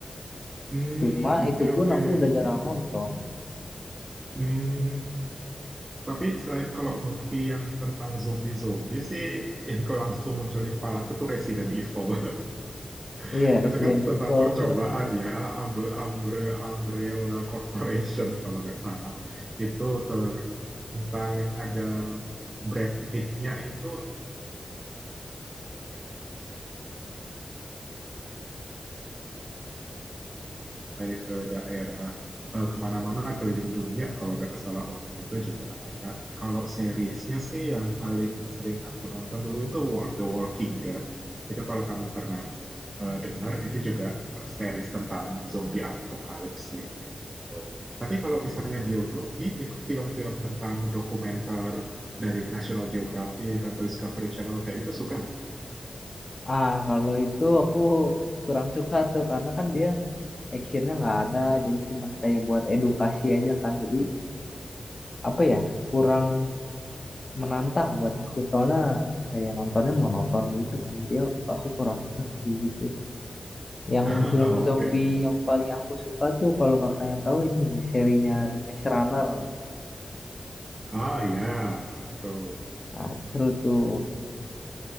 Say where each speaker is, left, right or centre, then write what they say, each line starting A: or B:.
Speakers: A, on the right; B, on the left.
A: Hmm,
B: Cuma
A: oke
B: itu pun
A: oke.
B: aku udah jarang
A: mm
B: nonton.
A: Hmm, tapi selain kalau movie yang tentang zombie-zombie sih, yang kalau langsung muncul di kepala aku tuh Resident Evil. <laughs>
B: Iya, Resident
A: Itu kan tentang
B: Evil.
A: percobaan ya, Umbre, Umbre, Umbrella Corporation kalau nggak salah. Itu ter- tentang yang ada Brad Pitt-nya itu sampai ke daerah eh, kemana-mana keliling dunia kalau nggak salah waktu itu juga ada. Kalau seriesnya sih yang paling sering aku nonton dulu itu Wa- The Walking Dead. Itu kalau kamu pernah eh, dengar itu juga eh, series tentang zombie apokalips sih kayak gitu. Tapi kalau misalnya biologi itu film-film tentang dokumenter dari National Geographic atau Discovery Channel kayak gitu suka nggak?
B: Ah, kalau itu aku kurang suka tuh karena kan dia actionnya nggak ada, jadi cuman kayak buat edukasi aja kan. Jadi apa ya kurang menantang buat aku soalnya kayak nontonnya monoton gitu kan jadi aku kurang suka sih kayak gitu yang
A: <laughs>
B: film
A: Oke.
B: zombie yang paling aku suka tuh kalau kakaknya tahu ini serinya The Maze Runner
A: Ah ya. Tuh.
B: nah itu seru tuh